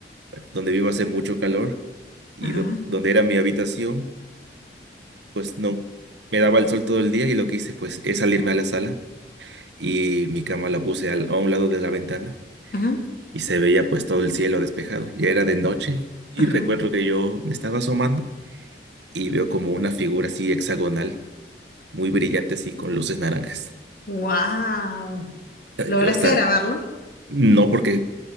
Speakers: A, on the right; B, on the left.
A: donde vivo hace mucho calor y
B: ajá,
A: do- donde era mi habitación, pues no me daba el sol todo el día y lo que hice pues es salirme a la sala y mi cama la puse al- a un lado de la ventana
B: ajá,
A: y se veía pues todo el cielo despejado, ya era de noche y
B: ajá.
A: recuerdo que yo me estaba asomando. y veo como una figura así hexagonal, muy brillante así, con luces naranjas.
B: Wow.
A: Eh,
B: ¿Lograste
A: Yo hasta,
B: grabarlo?
A: no, porque